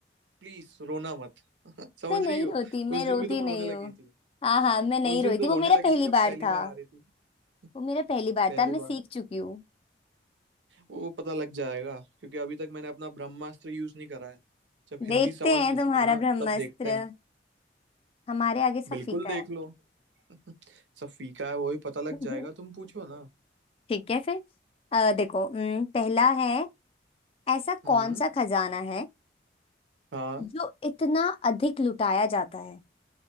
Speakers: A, on the right; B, on the left.
A: प्लीज रोना मत <laughs> समझ
B: मैं नहीं
A: रही हो
B: रोती मैं
A: उस
B: रोती
A: दिन भी तुम
B: नहीं
A: रोने लगी
B: हूँ
A: थी
B: हाँ हाँ मैं नहीं
A: उस दिन
B: रोई
A: तो
B: थी
A: रोने
B: वो मेरा
A: लगी
B: पहली
A: थी जब
B: बार
A: पहली
B: था
A: बार हारी थी <laughs>
B: वो मेरा पहली बार
A: पहली
B: था मैं सीख
A: बार
B: चुकी हूँ
A: वो पता लग जाएगा क्योंकि अभी तक मैंने अपना ब्रह्मास्त्र यूज नहीं करा है जब हिंदी
B: देखते
A: सवाल
B: हैं
A: पूछूंगा
B: तुम्हारा
A: ना
B: ब्रह्मास्त्र
A: तब देखते हैं
B: हमारे आगे सब
A: बिल्कुल
B: फीका
A: देख
B: है
A: लो <laughs> सब फीका है वो भी पता लग
B: <laughs>
A: जाएगा तुम पूछो ना
B: ठीक है फिर अ, देखो हम्म, पहला है ऐसा
A: हम्म
B: कौन सा खजाना है
A: हाँ
B: जो इतना अधिक लुटाया जाता है